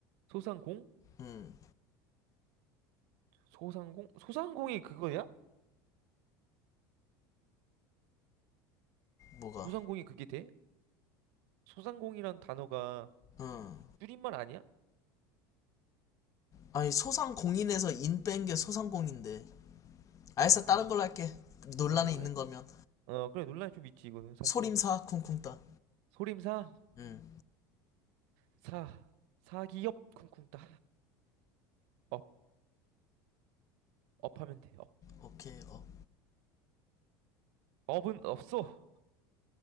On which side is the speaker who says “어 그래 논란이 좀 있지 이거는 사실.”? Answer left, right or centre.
Right